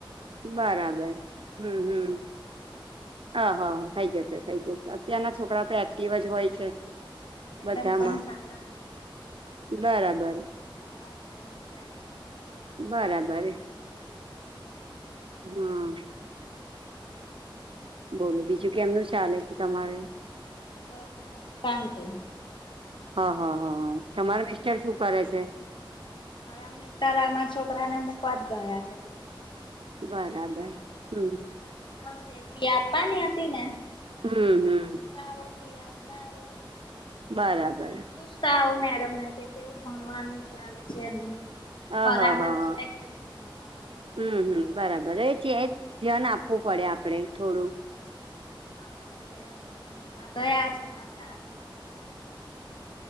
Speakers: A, on the left; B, on the right.
A: એટલે
B: બરાબર હમ
A: આઈ
B: હમ
A: જશે
B: હ હ થઈ જશે થઈ જશે અત્યારના છોકરા તો એક્ટિવ જ હોય છે.
A: મેડમ
B: બધામાં
A: પણ સારા છે,
B: બરાબર
A: મેડમ પણ સારા તે હોશિયાર છે એટલે વાંધો
B: બરાબર
A: આવે એમ
B: હા. બોલું બીજું કેમનું ચાલે છે તમારે?
A: બસ શાંતી
B: હા હા હા હા તમારા મિસ્ટર શું કરે છે?
A: મારા મિસ્ટારામાં છોકરાને મૂકવા જ ગયા છે, ટ્યુશનમાં
B: બરાબર હમ
A: હ સેફી આપાની હતી ને
B: હમ હમ
A: આવો ફી આપતા આવો
B: બરાબર
A: અને પુશ તા આવો મેડમ ને કે કેવું ભણવાનું ચાલે છે, એનું
B: હ હા
A: બરાબર
B: હા હા
A: છે કે નય ભણવામા?
B: હમ હમ બરાબર એ જ ધ્યાન આપવું પડે આપડે થોડું
A: હા એટલે મૂકવા ગયા છે આવતા હશે રસ્તામાં